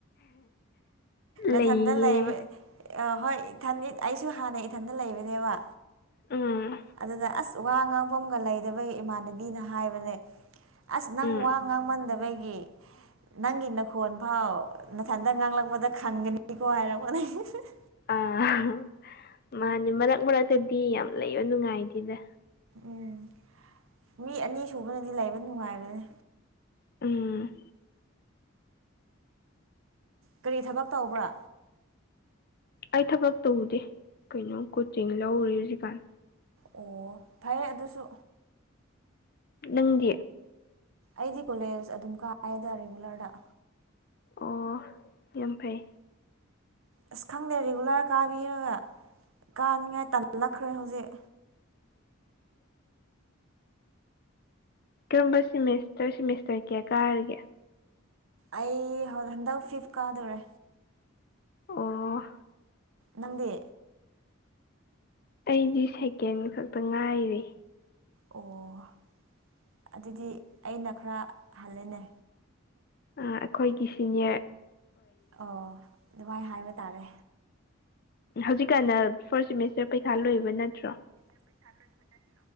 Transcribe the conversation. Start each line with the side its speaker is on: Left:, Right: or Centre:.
Left: ꯂꯩꯌꯦ
Right: ꯏꯊꯟꯗ ꯂꯩꯕ ꯍꯣꯏ ꯏꯊꯟ ꯑꯩꯁꯨ ꯍꯥꯟꯅ ꯏꯊꯟꯗ ꯂꯩꯕꯅꯦꯕ
Left: ꯎꯝ
Right: ꯑꯗꯨꯗ ꯑꯁ ꯋꯥ ꯉꯥꯡꯐꯝꯒ ꯂꯩꯗꯕꯩ ꯏꯃꯥꯟꯅꯕꯤꯅ ꯍꯥꯏꯕꯅꯦ ꯑꯁ ꯅꯪ
Left: ꯎꯝ
Right: ꯋꯥ ꯉꯥꯡꯃꯟꯗꯕꯒꯤ ꯅꯪꯒꯤ ꯅꯈꯣꯟ ꯐꯥꯎ ꯅꯊꯟꯗ ꯉꯥꯡꯂꯛꯄꯗ ꯈꯪꯒꯅꯤꯀꯣ ꯍꯥꯏꯔꯛꯄꯅꯤ <unintelligible>
Left: ꯑꯥ ꯃꯥꯅꯤ ꯃꯔꯛ ꯃꯔꯛꯇꯗꯤ ꯌꯥꯝ ꯂꯩꯕ ꯅꯨꯡꯉꯥꯏꯇꯦꯗ
Right: ꯎꯝ ꯃꯤ ꯑꯅꯤ ꯁꯨꯕꯅꯗꯤ ꯂꯩꯕ ꯅꯨꯡꯉꯥꯏꯕꯅꯦ
Left: ꯎꯝ
Right: ꯀꯔꯤ ꯊꯕꯛ ꯇꯧꯕ꯭ꯔꯥ
Left: ꯑꯩ ꯊꯕꯛ ꯇꯧꯗꯦ ꯀꯩꯅꯣ ꯀꯣꯆꯤꯡ ꯂꯧꯔꯤ ꯍꯧꯖꯤꯛꯀꯥꯟ
Right: ꯑꯣ ꯐꯩꯌꯦ ꯑꯗꯨꯁꯨ
Left: ꯅꯪꯗꯤ
Right: ꯑꯩꯗꯤ ꯀꯣꯂꯦꯖ ꯑꯗꯨꯝ ꯀꯥꯏꯗ ꯔꯤꯒꯨꯂꯔꯗ
Left: ꯑꯣ ꯌꯥꯝ ꯐꯩ
Right: ꯑꯁ ꯈꯪꯗꯦ ꯔꯤꯒꯨꯂꯔ ꯀꯥꯕꯤꯔꯒ ꯀꯥꯅꯤꯡꯉꯥꯏ ꯇꯜꯂꯛꯈ꯭ꯔꯦ ꯍꯧꯖꯤꯛ
Left: <inaudible> ꯀꯔꯝꯕ ꯁꯤꯃꯦꯁꯇꯔ ꯁꯤꯃꯦꯁꯇꯔ ꯀꯌꯥ ꯀꯥꯔꯤꯒꯦ
Right: ꯑꯩ ꯍ ꯍꯟꯗꯛ ꯐꯤꯐ ꯀꯥꯗꯣꯔꯦ
Left: ꯑꯣ
Right: ꯅꯪꯗꯤ
Left: ꯑꯩꯗꯤ ꯁꯦꯀꯦꯟ ꯈꯛꯇ ꯉꯥꯏꯔꯤ
Right: ꯑꯣ ꯑꯗꯨꯗꯤ ꯑꯩꯅ ꯈꯔ ꯍꯜꯂꯦꯅꯦ
Left: ꯑꯥ ꯑꯈꯣꯏꯒꯤ ꯁꯦꯅꯤꯌꯔ
Right: ꯑꯣ ꯑꯗꯨꯃꯥꯏ ꯍꯥꯏꯕ ꯇꯥꯔꯦ
Left: ꯍꯧꯖꯤꯛꯀꯥꯟꯅ ꯐꯥꯔꯁ ꯁꯦꯃꯤꯁꯇꯔ ꯄꯩꯈꯥ ꯂꯣꯏꯕ ꯅꯠꯇ꯭ꯔꯣ
Right: <unintelligible>